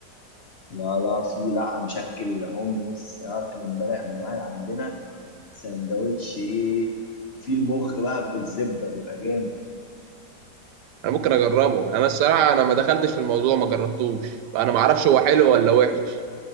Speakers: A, on the left (about 50°); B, on the right (about 80°).
A: لا لا في لا مشكل هومليس اكله امبارح من واحد عندنا سندوتش ايه في المخ بقى بالزبده بيبقى جامد
B: أنا ممكن أجربه أنا الصراحة أنا ما دخلتش في الموضوع ما جربتوش فأنا ما أعرفش هو حلو ولا وحش